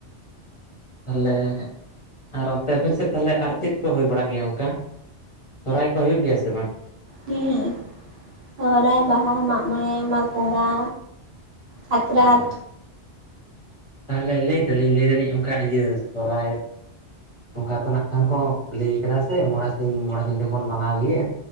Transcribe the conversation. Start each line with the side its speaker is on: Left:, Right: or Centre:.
Left: ᱛᱟᱦᱞᱮ ᱟᱨ ᱚᱱᱛᱮ ᱟᱹᱵᱤᱱ ᱥᱮᱫ ᱛᱟᱦᱞᱮ ᱟᱨ ᱪᱮᱫ ᱠᱚ ᱦᱩᱭ ᱵᱟᱲᱟᱜ ᱜᱮᱭᱟ ᱚᱱᱠᱟ ᱥᱚᱨᱦᱟᱭ ᱠᱚ ᱦᱩᱭᱩᱜ ᱜᱮᱭᱟ ᱥᱮ ᱵᱟᱝ
Right: ᱦᱩᱸ ᱥᱚᱦᱨᱟᱭ, ᱵᱟᱦᱟ, ᱢᱟᱜ ᱢᱚᱬᱮ, ᱢᱟᱜᱽ ᱵᱚᱸᱜᱟ, ᱥᱟᱠᱨᱟᱛ
Left: ᱦᱩᱸ ᱛᱟᱦᱞᱮ ᱞᱟᱹᱭ ᱫᱟᱞᱤᱧ ᱞᱟᱹᱭ ᱫᱟᱞᱤᱧ ᱚᱝᱠᱟ ᱤᱭᱟᱹ ᱥᱚᱨᱦᱟᱭ ᱵᱚᱸᱜᱟ ᱛᱟᱱᱟᱜ ᱠᱷᱟᱱ ᱠᱚ ᱞᱟᱹᱭ ᱠᱟᱫᱟ ᱥᱮ ᱢᱚᱬᱮ ᱥᱤᱧ ᱢᱚᱬᱮ ᱧᱤᱫᱟᱹ ᱵᱚᱱ ᱢᱟᱱᱟᱣ ᱜᱤᱭᱟ